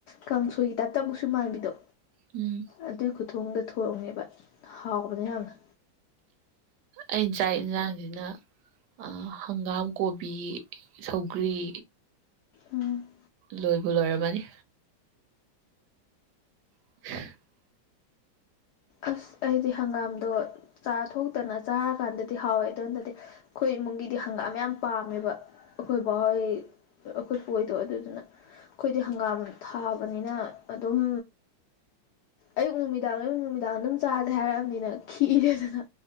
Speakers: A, on the left; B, on the right.
A: ꯀꯥꯡꯁꯣꯏꯒꯤ ꯇꯥꯏꯞꯇ ꯑꯃꯨꯛꯁꯨ ꯃꯥꯟꯕꯤꯗꯣ꯫
B: ꯎꯝ꯫
A: ꯑꯗꯨꯏ ꯈꯨꯊꯣꯡꯗ ꯊꯣꯡꯉꯦꯕ ꯍꯥꯎꯕꯅꯦ ꯌꯥꯝꯅ꯫
B: ꯑꯩꯟ ꯆꯥꯢ ꯏꯟꯖꯥꯡꯖꯤꯅ ꯑꯥ ꯍꯪꯒꯥꯝ ꯀꯣꯕꯤ ꯁꯧꯒ꯭ꯔꯤ꯫
A: ꯎꯝ꯫
B: ꯂꯣꯏꯕꯨ ꯂꯣꯏꯔꯝꯃꯅꯤ꯫ <unintelligible>
A: ꯑꯁ ꯑꯩꯗꯤ ꯍꯪꯒꯥꯝꯗꯣ ꯆꯥꯊꯣꯛꯇꯅ ꯆꯥꯔꯀꯥꯟꯗꯗꯤ ꯍꯥꯎꯋꯦ ꯑꯗꯣꯟꯗꯗꯤ ꯑꯩꯈꯣꯏ ꯏꯃꯨꯡꯒꯤꯗꯤ ꯍꯪꯒꯥꯝ ꯌꯥꯝ ꯄꯥꯝꯃꯦꯕ ꯑꯈꯣꯏ ꯕꯥꯍꯣꯏ ꯑꯈꯣꯢꯄꯨ ꯍꯣꯢꯗꯣ ꯑꯗꯨꯗꯨꯅ ꯈꯣꯏꯗꯤ ꯍꯪꯒꯥꯝ ꯊꯥꯕꯅꯤꯅ ꯑꯗꯨꯝ ꯑꯌꯨꯛ ꯅꯨꯃꯤꯗꯥꯡ ꯑꯌꯨꯛ ꯅꯨꯃꯤꯗꯥꯡ ꯑꯗꯨꯝ ꯆꯥꯖꯦ ꯍꯥꯏꯔꯑꯝꯅꯤꯅ ꯈꯤꯔꯦꯗꯅ꯫